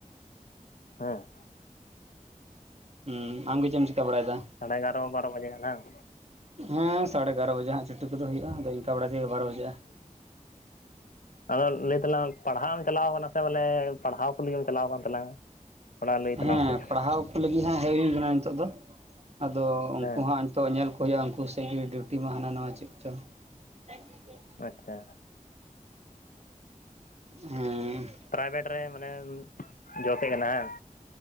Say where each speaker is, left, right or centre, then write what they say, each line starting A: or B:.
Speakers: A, on the left; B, on the right.
A: ᱦᱮᱸ᱾
B: ᱦᱩᱸ ᱟᱢᱜᱮ ᱪᱮᱫ ᱮᱢ ᱪᱤᱠᱟ ᱵᱟᱲᱟᱭᱫᱟ?
A: ᱥᱟᱲᱮ ᱮᱜᱟᱨᱚ ᱵᱟᱨᱚ ᱵᱟᱡᱮ ᱦᱟᱝ?
B: ᱦᱮᱸ ᱥᱟᱲᱮ ᱮᱟᱨᱳ ᱵᱟᱡᱮ ᱦᱟᱸᱜ ᱪᱷᱩᱴᱤᱩ ᱠᱚᱫᱚ ᱦᱩᱭᱩᱜᱼᱟ, ᱟᱫᱚ ᱤᱝᱠᱟ ᱵᱟᱲᱟ ᱛᱮᱜᱮ ᱵᱟᱨᱚ ᱵᱟᱡᱟᱜᱼᱟ᱾
A: ᱟᱫᱚ ᱞᱟᱹᱭ ᱛᱟᱞᱟᱝ ᱯᱟᱲᱦᱟᱜ ᱮᱢ ᱪᱟᱞᱟᱣ ᱠᱟᱱᱟ ᱥᱮ ᱵᱚᱞᱮ ᱯᱟᱲᱦᱟᱣ ᱛᱩᱞᱩᱢ ᱮᱢ ᱪᱟᱞᱟᱣ ᱠᱟᱱ ᱛᱟᱞᱟᱝᱟ? ᱛᱷᱚᱲᱟ ᱞᱟᱹᱭ ᱛᱟᱞᱟᱝ
B: ᱦᱮᱸ
A: ᱢᱮᱥᱮ
B: ᱯᱟᱲᱦᱟᱣ ᱠᱚ ᱞᱟᱹᱜᱤᱫ ᱦᱟᱸᱜ ᱦᱮᱡ ᱦᱩᱭ ᱠᱟᱱᱟ ᱱᱤᱛᱚᱜ ᱫᱚ᱾ ᱟᱫᱚ ᱩᱱᱠᱩ
A: ᱦᱮᱸ
B: ᱦᱟᱸ ᱱᱤᱛᱚᱜ ᱧᱮᱞ ᱠᱚ ᱦᱩᱭᱩᱜᱼᱟ ᱩᱝᱠᱩ ᱥᱮᱫ ᱜᱮ ᱰᱤᱭᱩᱴᱤ ᱢᱟ ᱦᱟᱸᱱᱟ ᱱᱟᱣᱟ ᱪᱮᱫ ᱪᱚᱝ ᱟ <unintelligible>
A: ᱟᱪᱪᱷᱟ᱾
B: ᱦᱮᱸ᱾
A: ᱯᱨᱟᱭᱵᱷᱮᱴ ᱨᱮ ᱢᱟᱱᱮᱢ ᱡᱚᱵ ᱮᱫ ᱠᱟᱱᱟ ᱵᱟᱝ,